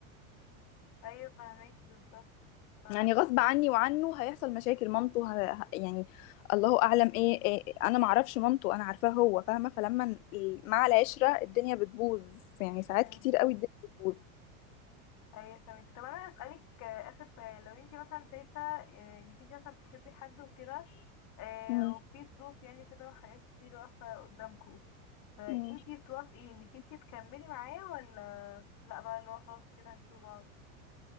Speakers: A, on the left; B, on the left.
A: ايوه فاهمك بالظبط ف
B: يعني غصب عني وعنه هيحصل مشاكل مامته ه... ه- يعني الله اعلم ايه, إيه انا معرفش مامته انا عارفاه هو فاهمه فلما ال- مع العشره الدنيا بتبوظ يعني ساعات
A: مم.
B: كتير قوي الدنيا بتبوظ
A: ايوه فاهمك طب انا اسالك آه، اخر سؤال لو انتي مثلا شايفه آه، انك انتي مثلا بتحبي حد وكده آه،
B: مم.
A: وفي ظروف يعني كده وحاجات كتير واقفه قدامكم فانتي
B: مم.
A: توافقي انك انتي تكملي معاه ولا لا بقى اللي هو خلاص كده هتسيبوا بعض